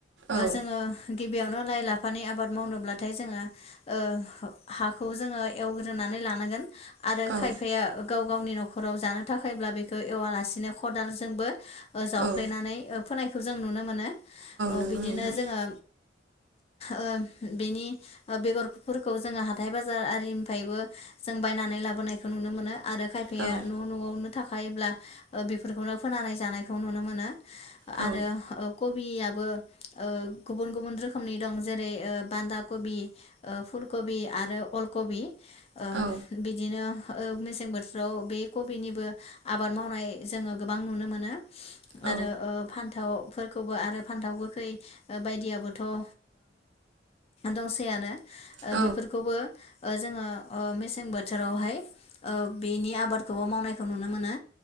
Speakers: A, on the right; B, on the left.
A: औ
B: जोङो गिबियावनो लाइ लाफ फानि आबाद मावनोब्लाथाय जोङो ओ हाखौ जोङो एवग्रोनानै लानांगोन। आरो
A: औ
B: खायफाया। गाव गावनि न'खराव जानो थाखायब्ला बेखौ एवालासिनो खदालजोंबो ओ जावफ्लेनानै
A: औ
B: ओ फोनायखौ जों नुनो मोनो। औ
A: नंगौ
B: बिदिनो
A: नोंथां
B: जोङो। ओ बेनि ओ बेगरफोरखौ जोङो हाथाय बाजार आरिनिफायबो जों बायनानै लाबोनायखौ नुनो मोनो। आरो खायफाया
A: औ
B: न' न'आवनो थाखायोब्ला ओ बेफोरखौनो फोनानै जानायखौ नुनो मोनो।
A: औ
B: आरो ओ कबिआ बो ओ गुबुन गुबुन रोखोमनि दं जेरै ओ बान्दा कबि ओ फुलकबि आरो अलकबि। ओ
A: औ
B: बिदिनो ओ मेसें बो थोराव बे कबिनिबो आबाद मावनाय जोङो गोबां नुनो मोनो।
A: औ
B: आरो ओ फान्थावफोर खौबो आरो फान्थाव गोखै ओ बायदियाबोथ' ओ दंसैयानो। ओ
A: औ
B: बेफोरखौबो ओ जोङो ओ मेसें बोथोरावहाय ओ बेनि आबादखौबो मावनायखौ नुनो मोनो।